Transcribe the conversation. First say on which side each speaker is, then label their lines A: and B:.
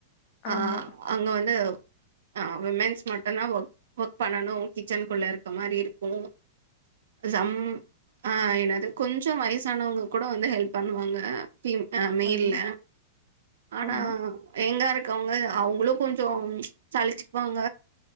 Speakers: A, on the right; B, on the left.
A: ஆ
B: ஆமா,
A: அங்க வந்து ஆ விமன்ஸ் மட்டு தான் ஒர்க் ஒர்க் பண்ணனு கிச்சன்க்குள்ள இருக்க மாரி இருக்கு சம் ஆ என்னது கொஞ்சோ வயசானவங்க கூட வந்து ஹெல்ப் பண்ணுவாங்க பீம் ஆம் மெயில்ல
B: ஆமா,
A: ஆனா
B: ஆமா.
A: யங்கா இருக்கவங்க அவங்களும் கொஞ்சோம் சழிச்சுப்பாங்க